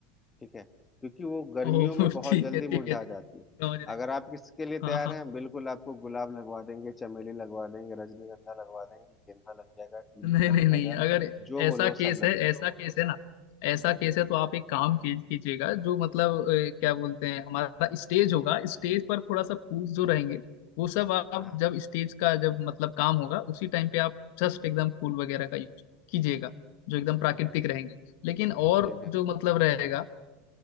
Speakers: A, on the left (about 15°); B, on the left (about 70°).
A: ठीक है क्योंकि वो गर्मियों
B: ओह
A: में बहुत
B: ठीक
A: जल्दी
B: है ठीक
A: मुरझा
B: है जी
A: जाती है
B: समझ रहे हैं
A: अगर आप किसके लिए
B: हाँ
A: तैयार
B: हाँ
A: हैं बिल्कुल आपको गुलाब लगवा देंगे चमेली लगवा देंगे रजनीगंधा लगवा देंगे गेंदा लग जाएगा ट्यूलिप
B: नहीं नहीं
A: लग
B: नहीं
A: जाएगा
B: अगर
A: जो
B: ऐसा
A: बोलो
B: केस
A: सब लग
B: है
A: जाएगा
B: ऐसा केस है ना ऐसा केस है तो आप एक काम की- कीजिएगा जो मतलब अ, क्या बोलते हैं हमारा स्टेज होगा स्टेज पर थोड़ा सा फूल जो रहेंगे वो सब आप
A: हाँ
B: जब स्टेज का जब मतलब काम होगा उसी टाइम पे आप जस्ट एकदम फूल वगैरह का यूज कीजिएगा जो एकदम प्राकृतिक
A: ठीक है
B: रहेंगे लेकिन और
A: ठीक है
B: जो मतलब रहेगा